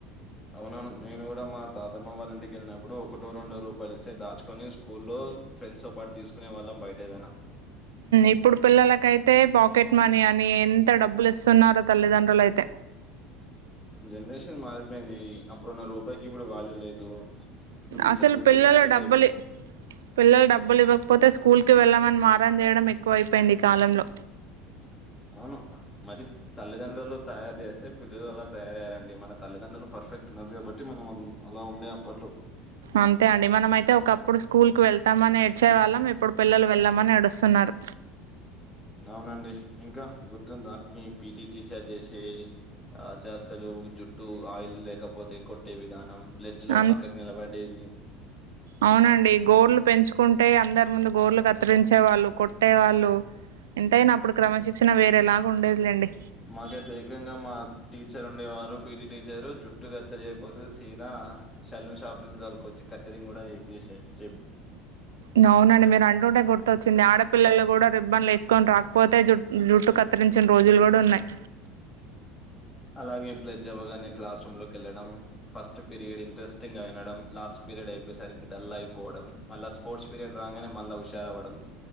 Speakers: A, on the left; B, on the right.
A: అవునను నేను కూడా మా తాతమ్మ వాళ్ళంటికి వెళ్ళినప్పుడు ఒకటో రెండో రూపాయలు ఇస్తే దాచుకొని స్కూల్లో ఫ్రెండ్స్ తో పాటు తీసుకునే వాళ్ళం బయట ఏదైనా
B: ఇప్పుడు పిల్లలకైతే పాకెట్ మనీ అని ఎంత డబ్బులు ఇస్తున్నారో తల్లిదండ్రులు అయితే
A: జనరేషన్ మారిపోయింది అప్పుడున్న రూపాయికి ఇప్పుడు వాల్య లేదు ఇప్పుడు విచ్చలవిడిగా
B: అసలు పిల్లల
A: ఖర్చులు
B: డబ్బుల
A: అయిపోయినాయి
B: పిల్లలు డబ్బులు ఇవ్వకపోతే స్కూల్ పో కి వెళ్ళమని మారం చేయడం ఎక్కువ అయిపోయింది ఈ కాలంలో
A: అవును మరి తల్లిదండ్రులు తయారు చేస్తే పిల్లలు అలా తయారుయ్యారండి మన తల్లిదండ్రులు పర్ఫెక్ట్ ఉన్నరు కాబట్టి మనం అలా ఉండే అప్పట్లో
B: అంతే అండి మనమ అయితే ఒకప్పుడు స్కూల్ కి వెళ్తామని ఏడ్చే వాళ్ళం ఇప్పుడు పిల్లలు వెళ్ళామని ఏడుస్తున్నారు
A: అవునండి ఇంకా గుర్తుందా పి పీటి టీచర్ చేసే ఆ చేష్టలుజుట్టు ఆయిల్ లేకపోతే కొట్టే విధానం ప్లెడ్జ్ లో
B: అ
A: పక్కకు నిలబడేది
B: అవునండి గోళ్లు పెంచుకుంటే అందరు ఇముందు గోళ్లు కత్తిరించే వాళ్ళు కొట్టే వాళ్ళు ఎంతయినా అప్పుడు క్రమశిక్షణ
A: మ్,
B: వేరేలాగ ఉండేది లెండి
A: మాకైతే ఏకంగా మా టీచర్ ఉండేవారు పిటి టీచర్ జుట్టు కత్తిరియ్యకపోతే సిదా ఆ సెలాన్ షాప్ నుంచి తోలుకొచ్చి కత్తిరింగ్ కూడా చేపిచ్చే
B: హు అవునండి మీరు అంటే గుర్తు వచ్చింది ఆడపిల్లలు కూడా రిబ్బన్లు వేసుకొని రాకపోతే జు జుట్టు కత్తిరించిన రోజులు కూడా ఉన్నాయి
A: అలాగే ఇంప్లైది జవగానే క్లాస్ రూమ్ లోకి వెళ్లడం ఫస్ట్ పీరియడ్ ఇంట్రెస్టింగ్ గా వినడం లాస్ట్ పీరియడ్ అయిపోయేసరికి డల్ అయిపోవడం మల్ల స్పోర్ట్స్ పీరియడ్ రాగానే మల్ల ఊ హుషారవ్వడం